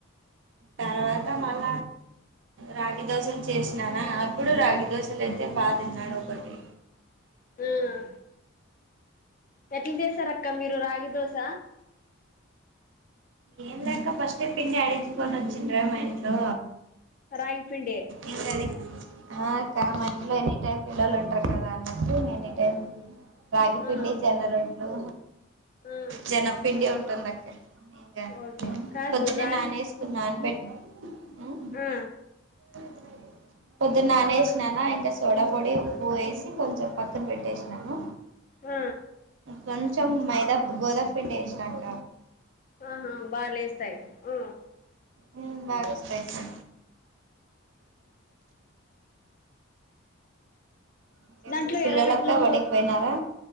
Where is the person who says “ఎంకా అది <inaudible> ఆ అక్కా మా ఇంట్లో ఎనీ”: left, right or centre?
Right